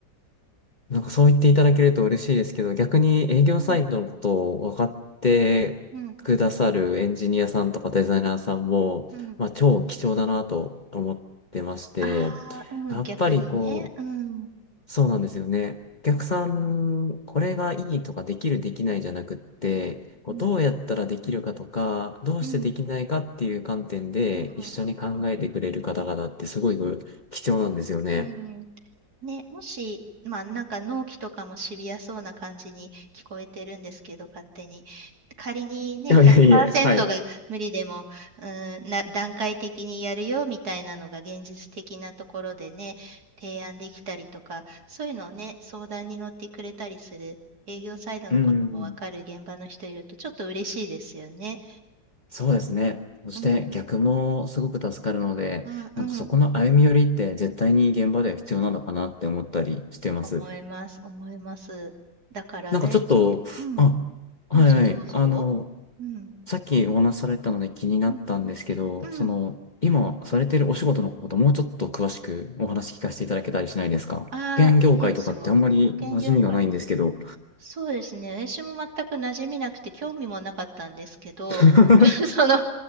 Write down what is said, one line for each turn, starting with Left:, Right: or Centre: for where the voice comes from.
Left: なんかそう言っていただけると嬉しいですけど、逆に営業サイドのことを分かってくださるエンジニアさんとかデザイナーさんも、
Right: うん、うん、うん。
Left: まあ、超貴重だなと思ってまして、
Right: ああ、うん、
Left: やっぱりこう、
Right: 逆にね、うん、
Left: そうなんですよね。お客さん、これがいいとかできるできないじゃなくって、こうどうやったらできるかとか、
Right: うん、
Left: どうしてできないかっていう観点で一緒に考えてくれる方々ってすごい
Right: うん、うん、
Left: 貴重なんですよね。
Right: うん、うん。ね、もし、まあ、なんか納期とかもシビアそうな感じに聞こえてるんですけど、勝手に。仮にね、
Left: <laughs> いやいやいや、
Right: 100%
Left: はい。
Right: が無理でも、うーん、な、段階的にやるよみたいなのが現実的なところでね、提案できたりとか、そういうのをね、相談に乗ってくれたりする、営業サイドのこともわかる現場の人いると、
Left: うん、
Right: ちょっと嬉しいですよね。
Left: そうですね。そして逆もすごく助かるので、
Right: うん、うん、
Left: なんかそこの歩み寄りって絶対に現場では必要なのかなって思ったりしてます。
Right: うん、思います、思います。だから、
Left: なんかちょっと、
Right: えー、じうん。
Left: あ、
Right: どうぞどうぞ。
Left: はいはい、あの、
Right: うん。
Left: さっきお話しされたので気になったんですけど、
Right: うん。うん。
Left: その、今されてるお仕事のこと、もうちょっと詳しくお話聞かせていただけたりしないですか保険業界とかってあんまり馴染みがないんですけど、
Right: ああ、いいですよ。保険業界。そうですね。私も全く馴染みなくて興味もなかったんですけど、
Left: <laughs>
Right: <laughs> その、